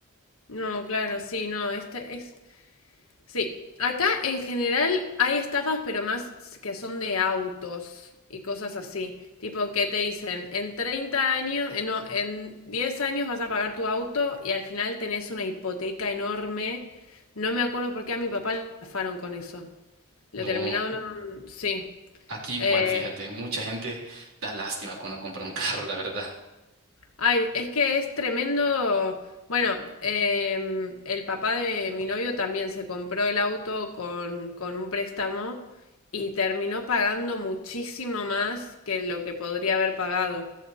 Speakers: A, on the left (about 75°); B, on the right (about 75°).
A: No, claro, sí, no, este es Sí, acá en general hay estafas, pero más que son de autos y cosas así. Tipo que te dicen, en 30 años, eh, no, en 10 años vas a pagar tu auto y al final tenés una hipoteca enorme. No me acuerdo por qué a mi papá le estafaron con eso. Lo
B: No,
A: terminaron, sí.
B: aquí igual,
A: eh,
B: fíjate, mucha gente da lástima cuando compra un <laughs> carro, la verdad.
A: Ay, es que es tremendo. Bueno, em, el papá de mi novio también se compró el auto con, con un préstamo y terminó pagando muchísimo más que lo que podría haber pagado.